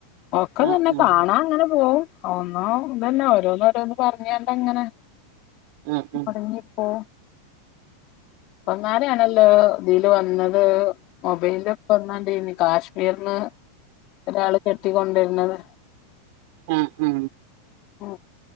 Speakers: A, on the left; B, on the right.
A: ഒക്കെ
B: ആഹ്
A: തന്നെ
B: ആഹ്
A: കാണാൻ അങ്ങനെ പോവും ഒന്നോ ഇതന്നെ ഓരോന്നോരോന്ന് പറഞ്ഞാണ്ടങ്ങനെ
B: ആഹ് ആഹ്
A: മൊട്ങ്ങിപ്പോ പ്പന്നേരെയാണല്ലോ ജയിലി ത് വന്നത് മൊബൈലൊക്കെ ഒന്നാണ്ടിനി കാശ് വിയർന്ന് ഒരാൾ കെട്ടിക്കൊണ്ടെ ന്നതെ
B: അ ആ
A: ഉ